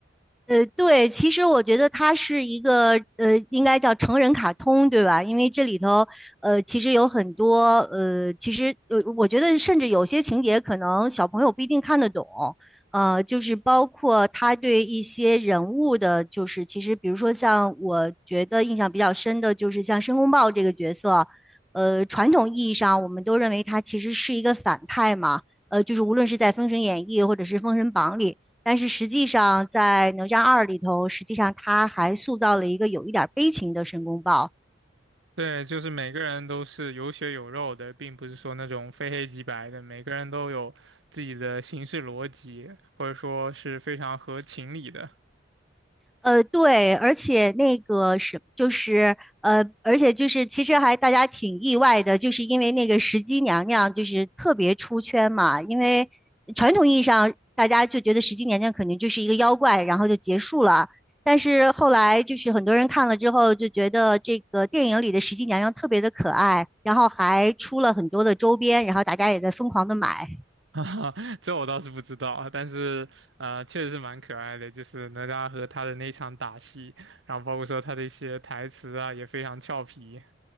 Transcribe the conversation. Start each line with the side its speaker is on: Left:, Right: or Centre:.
Centre: 呃，对，其实我觉得它是一个呃，应该叫成人卡通，对吧？因为这里头呃，其实有很多呃，其实呃，我觉得甚至有些情节可能小朋友不一定看得懂，呃，就是包括他对一些人物的，就是其实比如说像我觉得印象比较深的，就是像申公豹这个角色，呃，传统意义上我们都认为他其实是一个反派嘛。呃，就是无论是在《封神演义》或者是《封神榜》里，但是实际上在《哪吒二》里头，实际上他还塑造了一个有一点悲情的申公豹，
Right: 对，就是每个人都是有血有肉的，并不是说那种非黑即白的，每个人都有自己的行事逻辑，或者说是非常合情理的。
Centre: 呃，对，而且那个是就是呃，而且就是其实还大家挺意外的，就是因为那个石矶娘娘就是特别出圈嘛，因为传统意义上大家就觉得石矶娘娘肯定就是一个妖怪，然后就结束了。但是后来就是很多人看了之后就觉得这个电影里的石矶娘娘特别的可爱，然后还出了很多的周边，然后大家也在疯狂的买。
Right: <laughs> 哈哈，这我倒是不知道啊，但是呃，确实是蛮可爱的，就是哪吒和他的那场打戏，然后包括说他的一些台词啊，也非常俏皮。